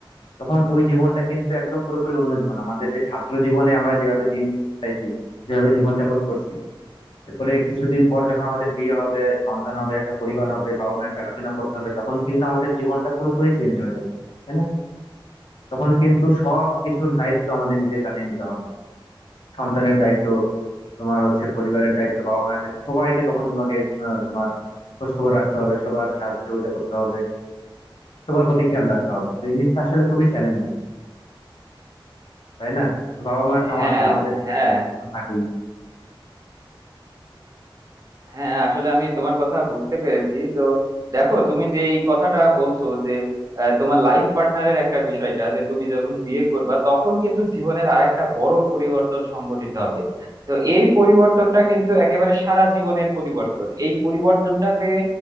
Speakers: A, on the left; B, on the right.
A: তখন ওই জীবনটা কিন্তু একদম পুরোপুরি অন্য জীবন আমাদের যে ছাত্র জীবনে আমরা যেভাবে দিন পাইছি যেভাবে জীবনযাপন করছি এরপরে কিছুদিন পর যখন আমাদের বিয়ে হবে সন্তান হবে একটা পরিবার হবে বাবা মায়ের দেখাশোনা করতে হবে তখন কিন্তু আমাদের জীবনটা পুরোপুরি চেঞ্জ হয়ে যাবে তাই না তখন কিন্তু সব কিছুর দায়িত্ব আমাদের নিজের কাছে নিতে হবে সন্তানের দায়িত্ব তোমার হচ্ছে পরিবারের দায়িত্ব বাবা মায়ের দায়িত্ব সবাইকে তখন তোমাকে আহ, তোমার খোঁজ খবর রাখতে হবে সবার সাহায্য সহযোগিতা করতে হবে সবার প্রতি খেয়াল রাখতে হবে তো এই জিনিসটা আসলে খুবই চ্যালেঞ্জিং তাই না বাবা মায়ের তো
B: হ্যাঁ
A: আমার- আসলে আমাদের প্রতি
B: হ্যাঁ
A: থাকেই
B: হ্যাঁ আসলে আমি তোমার কথা বুঝতে পেরেছি তো দেখো তুমি যে এই কথাটা বলছো যে আহ, তোমার লাইফ পার্টনারের একটা বিষয়টা যে তুমি যখন বিয়ে করবা তখন কিন্তু জীবনের আরেকটা বড় পরিবর্তন সংঘটিত হবে তো এই পরিবর্তনটা কিন্তু একেবারে সারা জীবনের পরিবর্তন এই পরিবর্তনটাকে